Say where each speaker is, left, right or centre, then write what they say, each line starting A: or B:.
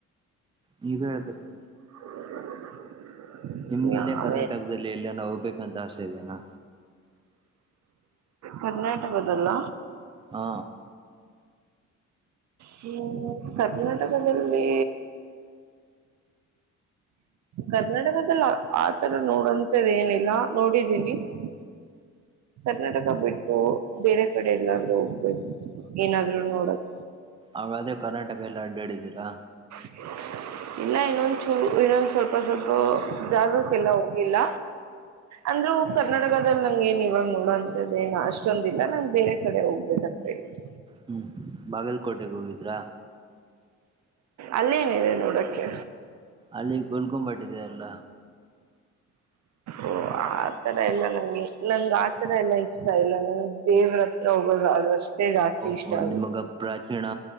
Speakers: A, on the right; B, on the right.
A: ನೀನು ಅ ಕತೀ
B: <unintelligible>
A: ನಿಮ್ಗಲ್ಲಯ
B: ನಾವೇ
A: ಕರ್ನಾಟಕದಲ್ಲಿ ಎಲ್ಲ ನಾ ಹೋಗ್ಬೇಕಂತ ಆಸೆ ಇದದೆೇನಾ
B: ಕರ್ನಾಟಕ ಅದಲ್ಲ
A: ಹಾ
B: ಹ್ಮ್ ಕರ್ನಾಟಕದಲ್ಲಿ ಕರ್ನಾಟಕದದಲ್ಲಿ ಆತರ ನೋಡಂತದ ಏನಿಲ್ಲ ನೋಡಿದ್ದೀನಿ ಹ್ಮ ಕರ್ನಾಟಕ ಬಿಟ್ಟು ಬೇರೆ ಕಡೆ ಎಲ್ಲಾದ್ರೂ ಹೋಗ್ಬೇಕು ಏನಾದ್ರು ನೋಡಕ್
A: ಅವಾದ್ರೆ ಕರ್ನಾಟಕ ಎಲ್ಲ ಅಡ್ಡಾಡಿದ್ದೀರಾ
B: ಹ ಇಲ್ಲ ಇನ್ನೊಂದ್ ಚೂ ಇನ್ನೊಂದ ಸ್ವಲ್ಪ ಸ್ವಲ್ಪ ಜಾಗಕ್ಕೆಲ್ಲ ಹೋಗಿಲ್ಲ ಅಂದ್ ಕರ್ನಾಟಕದಲ್ಲಿ ನಂಗ ಏನ್ ಇವಾಗ ನೋಡೋಂಂತದ್ದ ಏನ್ ಅಷ್ಟೊಂದಿಲ್ಲ ನಂಗ್ ಬೇರೆ ಕಡೆ ಹೋಗ್ಬೇಕ <unintelligible>
A: ಹ್ಮ್ ಬಾಗಲಕೋಟೆೆಗೆ ಹೋಗಿದ್ರಾ
B: ಅಲ್ಲೇನಿದೆ ನೋಡಕ್ಕೆ
A: ಅಲ್ಲಿ ಕೊಲ್ಕೊಂಬಾಟ್ಟಿದೆ ಅಲ್ಲ
B: ಓ ಆ ತರ ಎಲ್ಲ ನಂಗೆ ನಂಗ ಆತರ ಎಲ್ಲಾ ಇಷ್ಟ ಇಲ್ಲ ನಂಗೆ ದೇವ್ರ ಹತ್ರ ಹೋಗದು ಅದು ಅಷ್ಟೇ ಜಾಸ್ತಿ
A: ಓಹೋ
B: ಇಷ್ಟ ಆಗ
A: ನಿಮಗ ಪ್ರಾಚೀನ